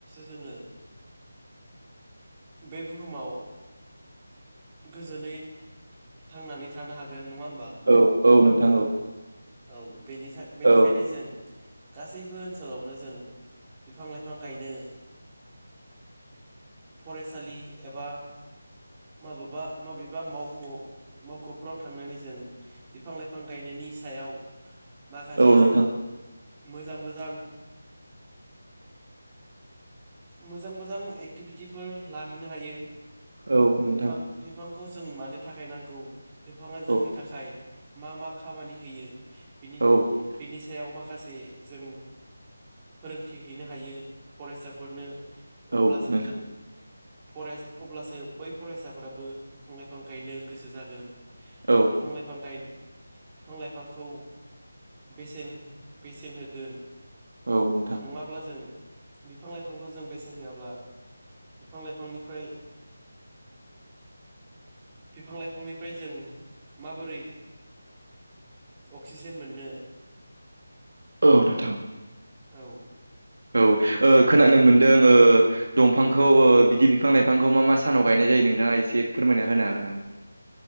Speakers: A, on the right; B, on the right.
A: जोङो बे बुहुमाव गोजोनै थांनानै थानो हागोन। नङा होमबा
B: औ औ नोंथां औ
A: औ बेनिखायनो
B: औ
A: जों गासैबो ओनसोलावनो जों बिफां लाइफां गायनो
B: <unintelligible>
A: फरायसालि एबा माबेबा माबेबा मावख' मावख'फोराव थांनानै जों बिफां लाइफां गायनायनि नि सायाव माखासे
B: औ नोंथां
A: जों मोजां मोजां मोजां मोजां एक्टिभिटिफोर लाहैनो हायो
B: औ नोंथां
A: बिफां बिफांखौ जों मानो थाखाय नांगौ बिफाङा
B: औ
A: जोंनि थाखाय मा मा खामानि होयो। बिनि
B: औ नोंथां
A: बिनि सायाव माखासे जों फोरोंथि हैनो हायो। बे फोरनो
B: औ
A: अब्लासो
B: नोंथां
A: जों फराय अब्लासो बै फरायसाफोराबो बिफां लाइफां गायनो गोसो जागोन
B: औ
A: बिफां लाइफां गायनो बिफां लाइफांखौ बेसेन बेसेन होगोन
B: औ नोंथां
A: नङाब्ला जों बिफां लाइफांखौ जों बेसेन होआब्ला बिफां लाइफांनिफ्राय बिफां लाइफांनिफ्राय जों माबोरै अक्सिजेन मोननो
B: औ नोंथां
A: औ
B: औ खोनानो मोनदों दंफांखौ बिदि बिफां लाइफांखौ मा मा सानाव गायनाय जायो नोंथाङा एसे फोरमायना होनो हागोन नामा?